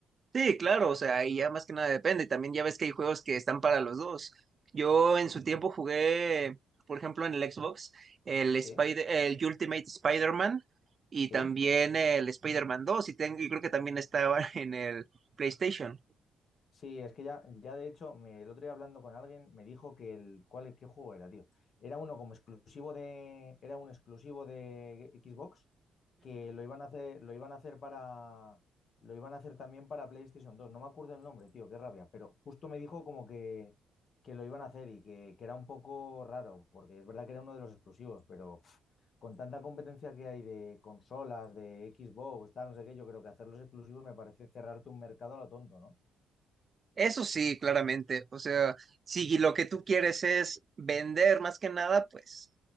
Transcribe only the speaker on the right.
Sí, claro, o sea, y ya más que nada depende. También ya ves que hay juegos que están para los dos. Yo en su tiempo jugué, por ejemplo, en el Xbox, el Spider,
el Ultimate Spider-Man y
también el Spider-Man 2 y, ten- y creo que también estaba <laughs> en el PlayStation.
Eso sí, claramente. O sea, si lo que tú quieres es vender más que nada, pues,